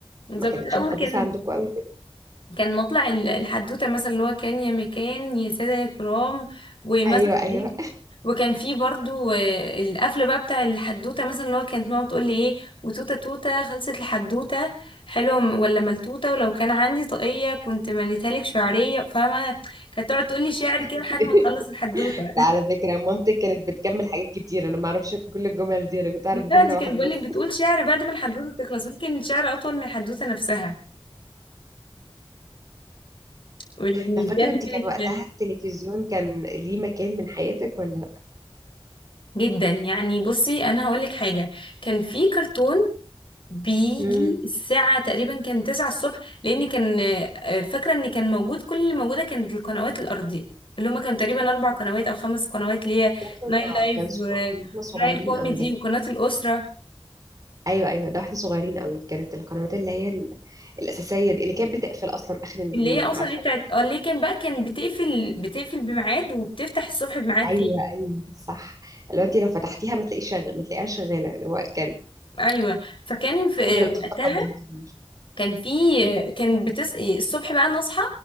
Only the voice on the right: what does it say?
ما كانتش
مقدسه عندكم قوي كده
ايوه ايوه
<laughs>
لا على فكرة مامتك كانت بتكمل حاجات كتير أنا ما أعرفش كل الجمل دي أنا كنت أعرف
جملة
واحدة
بس
<laughs>
طب فاكرة
أنت كان وقتها
التلفزيون كان ليه مكان من حياتك ولا لأ؟
امم
ده كنا
كان صغ-
كنا احنا صغيرين
قوي ده
أيوه أيوه ده واحنا صغيرين قوي كانت القنوات اللي هي ال... الأساسية دي اللي كانت بتقفل أصلا آخر اليوم
عارفة
أيوه
أيوه صح لو أنت لو فتحتيها ما تلاقيش شغ... ما تلاقيهاش شغالة اللي هو كان
أعتقد دلوقتي
في تقدم كبير
مم.